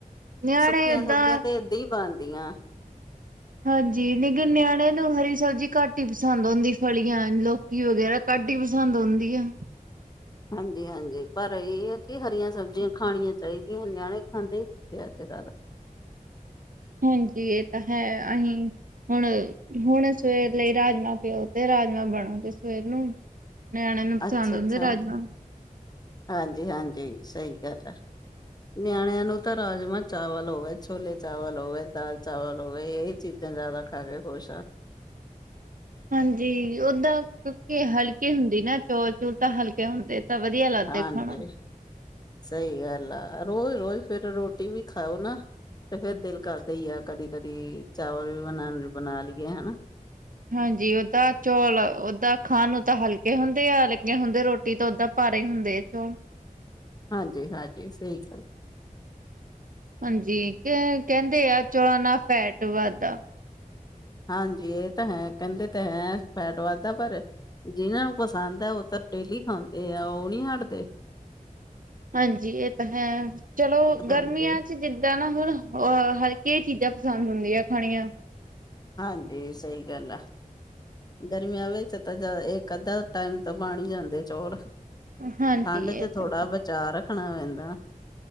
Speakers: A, on the right; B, on the left.
A: ਨਿਆਣੇ
B: ਸੁੱਕੀਆਂ
A: ਏਦਾਂ
B: ਸਬਜ਼ੀਆਂ ਤੇ ਏਦਾਂ ਹੀ ਬਣਦੀਆਂ।
A: ਹਾਂਜੀ, ਲੇਕਿਨ ਨਿਆਣਿਆਂ ਨੂੰ ਹਰੀ ਸਬਜ਼ੀ ਘੱਟ ਹੀ ਪਸੰਦ ਆਉਦੀ ਫਲੀਆਂ ਲੋ। ਕੀ ਵਗੈਰਾ ਕੱਟ ਹੀ ਪਸੰਦ ਆਉਦੀ ਐ।
B: ਹਾਂਜੀ ਹਾਂਜੀ। ਪਰ ਇਹ ਏ ਕਿ ਹਰੀਆਂ ਸਬਜ਼ੀਆਂ ਖਾਣੀਆਂ ਚਾਹੀਦੀਆਂ ਨਿਆਣੇ ਖਾਂਦੇ ਹੀ ਕਿੱਥੇ ਅੱਜ-ਕੱਲ੍ਹ।
A: ਹਾਂਜੀ ਇਹ ਤਾਂ ਏ ਅਸੀ ਹੁਣ ਹੁਣ ਸਵੇਰ ਲਈ ਰਾਜਮਾਂ ਪਿਓ ਤੇ ਰਾਜਮਾਂ ਬਣੋਗੇ ਸਵੇਰ ਨੂੰ। ਨਿਆਣਿਆਂ ਨੂੰ ਪਸੰਦ
B: ਅੱਛਾ-ਅੱਛਾ।
A: ਹੁੰਦੇ ਰਾਜਮਾਂ।
B: ਹਾਂਜੀ ਹਾਂਜੀ ਸਹੀ ਗੱਲ ਆ। ਨਿਆਣਿਆਂ ਨੂੰ ਤਾਂ ਰਾਜਮਾਂ ਚਾਵਲ ਹੋਵੇ ਛੋਲੇ ਚਾਵਲ ਹੋਵੇ ਦਾਲ ਚਾਵਲ ਹੋਵੇ ਇਹੀ ਚੀਜ਼ਾਂ ਜ਼ਿਆਦਾ ਖਾ ਕੇ ਖੁਸ਼ ਆ।
A: ਹਾਂਜੀ, ਓਦਾਂ ਕਿਉਂਕਿ ਹਲਕੇ ਹੁੰਦੀ ਨਾ ਚੌਲ ਚੂਲ ਤਾਂ ਹਲਕੇ ਹੁੰਦੇ। ਤਾਂ ਵਧੀਆ ਲੱਗਦੇ
B: ਹਾਂਜੀ।
A: ਖਾਣਾ।
B: ਸਹੀ ਗੱਲ ਆ। ਰੋਜ਼-ਰੋਜ਼ ਫਿਰ ਰੋਟੀ ਵੀ ਖਾਓ ਨਾ ਤੇ ਫਿਰ ਦਿਲ ਕਰਦੇ ਹੀ ਆ ਕਦੀ ਕਦੀ ਚਾਵਲ ਵੀ ਬਣਾ ਬਣਾ ਲਈਏ ਹਨਾ।
A: ਹਾਂਜੀ, ਓਦਾ ਚੌਲ ਓ ਖਾਣ ਨੂੰ ਤਾਂ ਹਲਕੇ ਹੁੰਦੇ ਆ ਲੱਗੇ ਹੁੰਦੇ ਆ। ਰੋਟੀ ਤਾਂ ਓਦਾਂ ਭਾਰੇ ਹੁੰਦੇ ਆ ਚੌਲ।
B: ਹਾਂਜੀ-ਹਾਂਜੀ ਸਹੀ ਗੱਲ।
A: ਹਾਂਜੀ ਕਹਿੰਦੇ ਆ ਚੌਲਾਂ ਨਾਲ ਫੈਟ ਵੱਧਦਾ।
B: ਹਾਂਜੀ ਇਹ ਤਾਂ ਹੈ ਕਹਿੰਦੇ ਤਾਂ ਹੈ ਫੈਟ ਵੱਧਦਾ ਪਰ ਜਿਹਨਾਂ ਨੂੰ ਪਸੰਦ ਆ ਉਹ ਤਾਂ ਡੇਲੀ ਖਾਂਦੇ ਆ ਉਹ ਨਹੀਂ ਹਟਦੇ
A: ਹਾਂਜੀ ਇਹ ਤਾਂ ਹੈ ਚਲੋ
B: ਹਾਂਜੀ।
A: ਗਰਮੀਆਂ ਚ ਜਿੱਦਾਂ ਨਾ ਹੁਣ ਅ ਹਲ ਕੀ ਚੀਜ਼ਾਂ ਪਸੰਦ ਹੁੰਦੀਆਂ ਖਾਣੀਆਂ।
B: ਹਾਂਜੀ ਸਹੀ ਗੱਲ ਆ। ਗਰਮੀਆਂ ਵਿੱਚ ਤਾਂ ਚੱਲ ਇੱਕ-ਅੱਧਾ ਟਾਈਮ ਤਾਂ ਬਣ ਈ ਜਾਂਦੇ ਆਂ ਚੋਲ।
A: ਹਾਂਜੀ
B: ਠੰਡ
A: ਇਹ
B: ਚ ਥੋੜ੍ਹਾ
A: ਤਾਂ
B: ਬਚਾਅ ਰੱਖਣਾ ਪੈਂਦਾ।